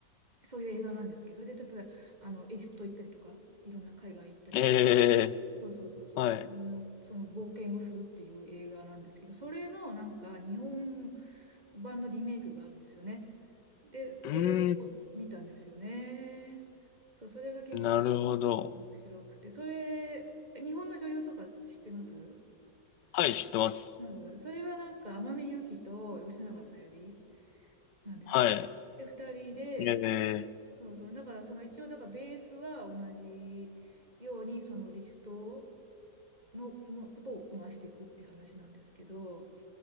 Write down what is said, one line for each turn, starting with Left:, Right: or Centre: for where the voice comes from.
Right: そういう映画なんですけど、それで例えば、あの、エジプト行ったりとか、いろんな海外行ったりとか、
Left: ええ
Right: そうそうそうそう、
Left: はい。
Right: いろんなその冒険をするっていう映画なんですけど、それのなんか日本版のリメイクがあるんですよね。で、
Left: うーん、
Right: それを見たんですよね。そう、それが結構
Left: なるほど。
Right: 面白くて、それ、日本の女優とかって知ってます
Left: はい、知ってます。
Right: まず、それはなんか天海祐希と吉永小百合なんですよ。
Left: はい。
Right: で、二人で、
Left: ええ、
Right: そうそう、だからその一応、だからベースは同じように、そのリストのこのことをこなしていくって話なんですけど、